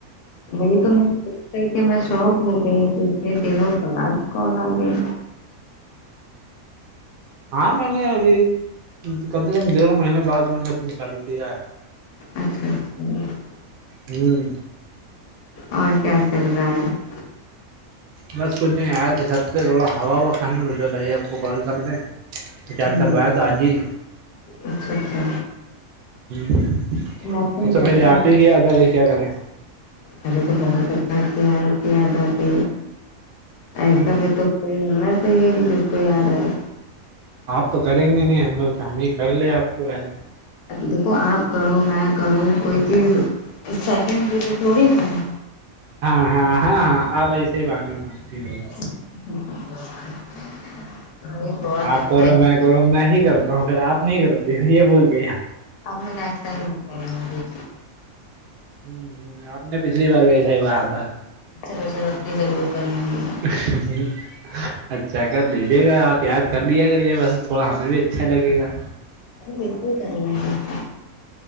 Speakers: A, on the left; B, on the right.
A: وہی تو میں دیک کر کے میں شوق ہو گئی کہ اتنے دنوں بعد کال آ گئی
B: ہاں میں نے ابھی کم سے کم ڈیڑھ مہینے بعد میں نے سم چالو کیا ہے
A: اچھا اچھا
B: ہوں
A: اور کیا چل رہا ہے
B: بس کچھ نہیں آیا تو سب سے تھوڑا ہوا و کھانے میںزر ڈائیے آپ کو کال کر لیں <unintelligible> رچارج
A: ہ
B: کروایا تھا جی
A: اچھا اچھا
B: ہ
A: موسم
B: اچھا
A: کیسا
B: پہلے آپ
A: ہے
B: ہی گیا تھا کیا کریں
A: ارے تو بہت اچھا کیا ہے کیادب ایسا
B: ہ
A: بھی تو کوئی ہونا چاہیے کہ جب کو یا رہا ہے
B: آپ تو کریں گے نہیں ہم لوگ تو ہم ہی کر لے آپ کو ایز
A: دیکھو آپ کرو میں کرو کوئی چیز سیکنڈ روپ تھوڑی ہوی <unintelligible>
B: ہاں ہاں ہاں ہاں آپ ایسے ہی بانے بناتی ہیں ہر بار
A: <inaudible>
B: آپ
A: اچھا
B: کرو
A: کیا
B: میں کرو میں ہی کرتا ہوں پھر آپ نہیں کرتی ہوں یہ بول کے ار
A: اب نےسٹ ٹم <unintelligible>
B: ہ ہ آپ نے پچھلی بار وی صا ہی کہا تھا <unintelligible>
A: چلو چلو اپنی ضرور کر لیں گے گ
B: ہ اچھا کر دیجیے گا آپ یاد کر لییے ا گگر یہ بس تھوڑا ہمیں بھی اچھا لگے گا
A: وہ بالکل کر ل گ